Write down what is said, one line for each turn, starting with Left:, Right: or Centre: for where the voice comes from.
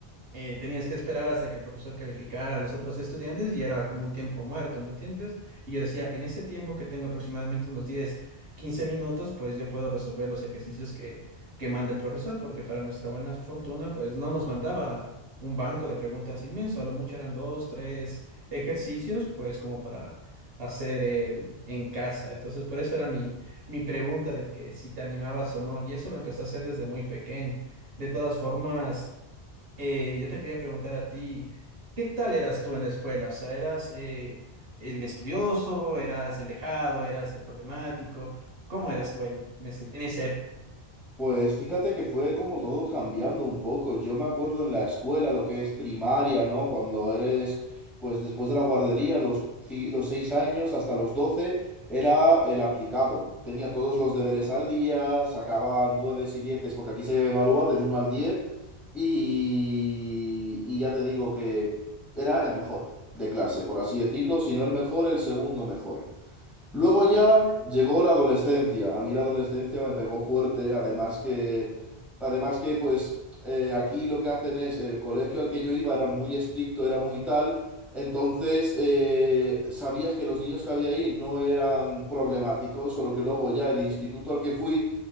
Right: eh, tenías que esperar hasta que el profesor calificara a los otros estudiantes y era como un tiempo muerto, ¿me entiendes? Y yo decía, en ese tiempo que tengo aproximadamente unos 10, 15 minutos, pues yo puedo resolver los ejercicios que, que manda el profesor, porque para nuestra buena fortuna, pues no nos mandaba un banco de preguntas inmenso, a lo mucho eran dos, tres ejercicios, pues como para hacer el en casa. Entonces, por eso era mi, mi pregunta de que si te animabas o no, y eso lo empecé a hacer desde muy pequeño. De todas formas, eh, yo te quería preguntar a ti, ¿qué tal eras tú en la escuela? O sea, ¿eras eh, el estudioso, eras el dejado, eras el problemático? ¿Cómo eras tú ahí en, ese- en esa
Centre: Pues fíjate que fue como todo cambiando un poco. Yo me acuerdo en la escuela, lo que es primaria, ¿no? Cuando eres, pues después de la guardería, los, ci- los seis años hasta los 12 era el aplicado. Tenía todos los deberes al día, sacaba nueves y dieces, porque aquí se evalúa del uno al 10 y, y ya te digo que era el mejor de clase, por así decirlo, si no el mejor, el segundo mejor. Luego ya llegó la adolescencia. A mí la adolescencia me pegó fuerte, además que, además que pues eh, aquí lo que hacen es, el colegio al que yo iba era muy estricto, era muy tal, entonces eh, sabías que los niños que había ahí no eran problemáticos, solo que luego ya el instituto al que fui